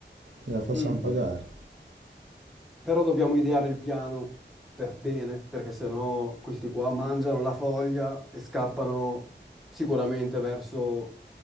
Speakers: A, on the right; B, in the centre.
A: gliela facciamo
B: Mm.
A: pagare.
B: Però dobbiamo ideare il piano per bene, perché sennò questi qua mangiano la foglia e scappano sicuramente verso